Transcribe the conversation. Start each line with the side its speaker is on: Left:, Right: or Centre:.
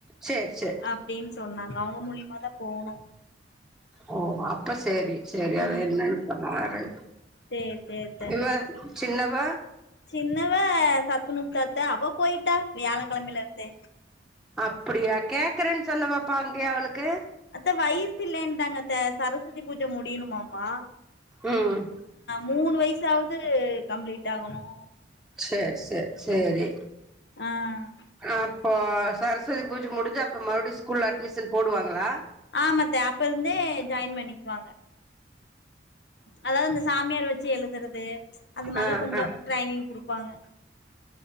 Centre: சேரி சேரி
Left: அப்டின்னு சொன்னாங்க அவுங்க மூலியமாதா இ போணு
Centre: ஓ அப்ப சேரி சேரி
Left: ஆ
Centre: அத என்னன்னு பாரு
Left: சேரி சேரித்த
Centre: இவ சின்னவ
Left: சின்னவ சத்துணூ சேத்தே அவ போய்ட்டா வியாழக்கிழமேல இருந்தே
Centre: அப்டியா கேக்குறேன்னு சொன்ன பாப்பா அங்கயே அவளுக்கு
Left: அத்த வயசு இல்லைன்டாங்க அத்த சரஸ்வதி பூஜை முடியணும்மாம மா
Centre: ம்
Left: மூணு வயசாவுது கம்ப்ளீட் ஆகணும்
Centre: செர் செர் சேரி
Left: ஆ
Centre: அப் இப்போ சரஸ்வதி பூஜ முடிஞ்சு அப்றம் மறுபுடி ஸ்கூல்ல அட்மிஷன் போடுவாங்ளா?
Left: ஆமாத்த அப்ப இருந்தே ஜாயின் பண்ணிக்வாங்க அதாது இந்த சாமியார் வச்சு எழுதுறது அந்த மார்ல்லாம்
Centre: ஆ
Left: கொஞ்சம்
Centre: ஆ
Left: ட்ரைனிங் குடுப்பாங்க